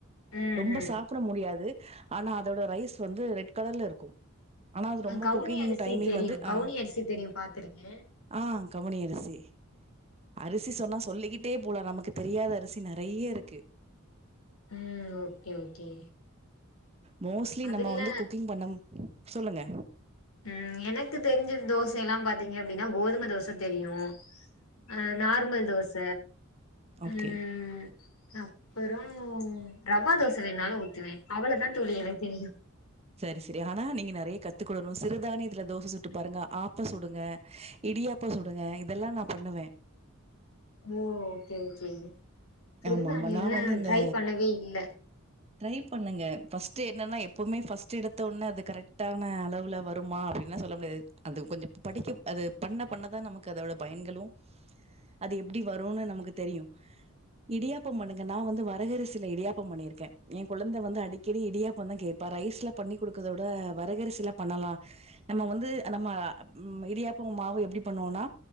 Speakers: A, on the left; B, on the right.
A: ம்
B: ரொம்ப
A: ம்
B: சாப்ப சாப்ட முடியாது ஆனா அதோட ரைஸ் வந்து ரெட் கலர்ல இருக்கு ஆனா அது ரொம்ப
A: ஆ கவுனி
B: குக்கிங்
A: அரிசி
B: டைமிங்
A: தெரியும்
B: வந்து
A: கவுனி
B: ஆ
A: அரிசி தெரியும் பாத்திருக்கேன்
B: ஆ கவுனி அரிசி அரிசி சொன்னா சொல்லிக்கிட்டே போலா நமக்கு தெரியாத அரி சி நறைய இருக்கு
A: ம் ஓகே ஓகே
B: மோஸ்லி
A: அதுல்ல
B: நம்ம வந்து குக்கிங் பண்ணம் சொல்லுங்க
A: ம் எனக்கு தெரிஞ்ச தோசைலா பாத்தீங்க அப்டினா கோதும தோச தெரியு அ நார்மல் தோச
B: ஓகே
A: ம் அப் அப்பறோ ரவா தோச வேணு நாலு ஊத்துவே அவ்வளதா தோழி எனக்கு தெரியு
B: சரி சரி ஆனா நீங்க நறைய கத்துக்கடணு சிறுதானியத்துல தோசை சுட்டு பாருங்க ஆப்போ சுடுங்க இடியாப்பௌ சுடுங்க இதெல்லா நா பண்ணுவே
A: ஓ ஓகே ஓகே சிறுதானியோலா
B: ஆமா ஆமா நா வந்து இந்த
A: ட்ரை பண்ணவே இல்ல
B: ட்ரை பண்ணுங்க ஃபர்ஸ்ட் என்னன்ன எப்பவுமே பர்ஸ்ட் எடுத்த ஒட்னே அது கரெக்டான அளவுல வருமா அப்டி ன்லா சொல்ல முடியாது அது கொஞ்சம் படிக்க அது பண்ண பண்ணதா நமக்கு அதோட பயன்களு அது எப்டி வருனு நமக்கு தெரியு இடியாப்பம் பண்ணுங்க நா வந்து வரகரிசில இடியாப்பம் பண்ணிருக்கே எ குழந்த வந்து அடிக்கடி இடியாப்பம் தா கே ப்பா ரைஸ்ல பண்ணி கொடுக்கத விட வரகரிசிலா பண்ணலா நம்ம வந்து நம்ம. ம் இடியாப்ப மாவு எப்டி பண்ணுவோனா